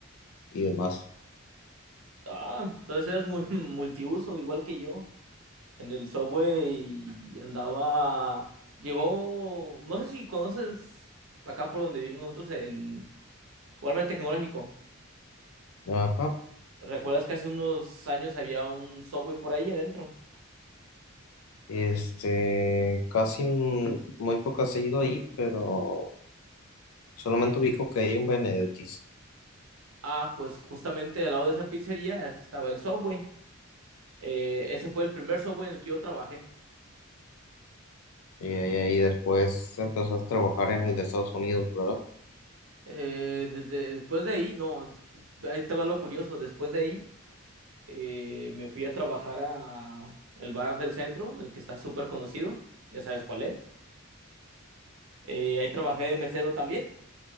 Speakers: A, on the left; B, on the right.
A: y demás.
B: Ah, entonces eres muy <laughs> multiuso, igual que yo. en el Subway y andaba, llegó, no sé si conoces acá por donde vivimos nosotros en Walmart Tecnológico.
A: Ajá.
B: ¿Recuerdas que hace unos años había un Subway por ahí adentro?
A: Este, casi n- muy pocas he ido ahí, pero solamente ubico que hay un Benedictis.
B: Ah, pues justamente al lado de esa pizzería estaba el Subway. Eh, ese fue el primer Subway en el que yo trabajé.
A: Y, ahí ahí después empezó a trabajar en el de Estados Unidos, ¿verdad?
B: Eh, desde después de ahí, no, ahí te va lo curioso, después de ahí eh, me fui a trabajar a el bar del centro, el que está súper conocido, ya sabes cuál es. Eh, ahí trabajé de mesero también,